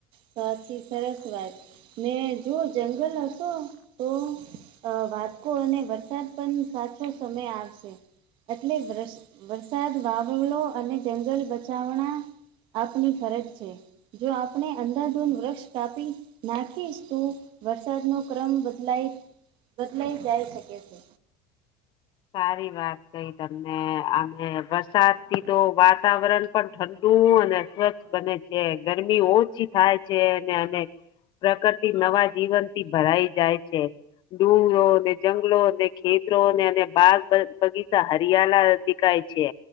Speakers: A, on the right; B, on the left.
A: સાચી સરસ વાત ને જો જંગલ હસો તો એ વાત કો અને વરસાદ પન સાચો સમય આવશે. એટલે રસ વરસાદ વાવલ નો અને જંગલ બચાવણા આપની ફરજ છે. જો આપણે અંધાધૂન વૃક્ષ કાપી નાખીશ તું વરસાદ નો ક્રમ બદલાય તો નઈ જાય શકે છે.
B: સારી વાત ક ને તમને આને વરસાદ થી તો વાતાવરણ પન ઠંડુ અને સ્વચ્છ બને કે ગરમી ઓછી થાય છે અને-અને પ્રકરતિ નવા જીવનથી ભરાઈ જાય છે. ડુંગરો ને જંગલો ને ખેત્રો ને અને બાગ બ-બગીચા હરિયાલા દેખાય છે.